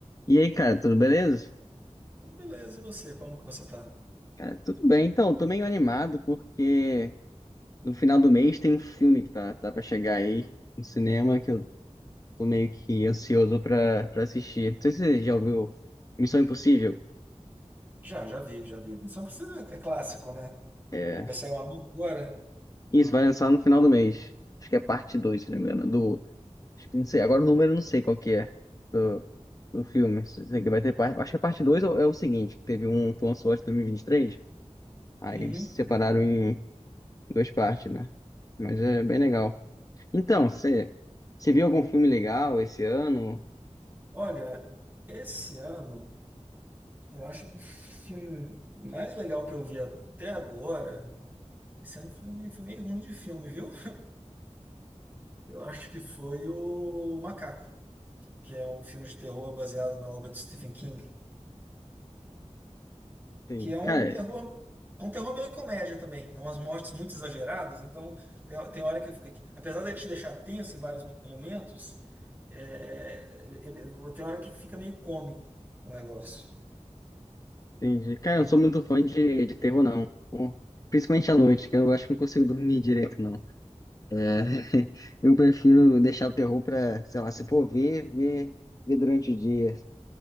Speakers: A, on the left (about 30°); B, on the right (about 15°).
A: E aí, cara, tudo beleza?
B: Tudo Beleza, e você? Como que você tá?
A: Cara, tudo bem. Então, tô meio animado porque no final do mês tem um filme que tá, tá pra chegar aí no cinema que eu tô meio que ansioso pra, pra assistir. Não sei se você já ouviu Missão Impossível.
B: Já, já vi, já vi. Mas Só pra você é clássico, né?
A: É.
B: Vai sair uma nova agora?
A: Isso, vai lançar no final do mês. Acho que é parte 2 se não me engano. Do. Acho que não sei. Agora o número eu não sei qual que é do, do filme. Sei que vai ter parte. Acho que a parte 2 é, o é o seguinte: que teve um que lançou acho que em dois mil e vinte e três Aí
B: Uhum.
A: eles separaram em duas partes, né? Mas é bem legal. Então, você você viu algum filme legal esse ano?
B: Olha, esse ano, eu acho que o filme mais legal que eu vi até agora, esse ano foi, meio- foi meio ruim de filme, viu? Eu acho que foi o Macaco, que é um filme de terror baseado na obra de Stephen King.
A: Tem,
B: que é um
A: cara,
B: terror, é um terror meio comédia também. É umas mortes muito exageradas, então tem, tem hora que, que- apesar dele te deixar tenso em vários momentos, é, ele- tem hora que fica meio cômico o negócio.
A: entendi. Cara, eu não sou muito fã de, de terror, não. Pô, Principalmente à noite, que eu acho que não consigo dormir direito, não. É, <laughs> eu prefiro deixar o terror pra, sei lá, se for ver, ver, ver durante o dia.